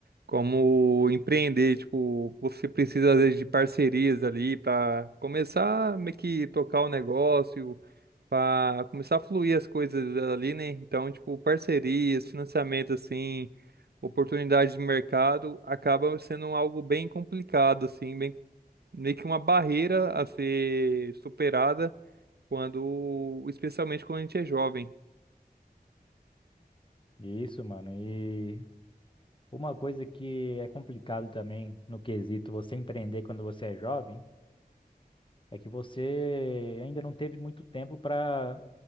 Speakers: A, on the right (about 80°); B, on the left (about 30°).
A: como empreender, tipo, você precisa, às vezes, de parcerias ali para começar a meio que tocar o negócio para começar a fluir as coisas ali, né? Então, tipo, parcerias, financiamento, assim, oportunidades de mercado, acaba sendo algo bem complicado, assim, bem, meio que uma barreira a ser superada quando, especialmente quando a gente é jovem.
B: isso, mano, e Uma coisa que é complicado também no quesito você empreender quando você é jovem é que você ainda não teve muito tempo para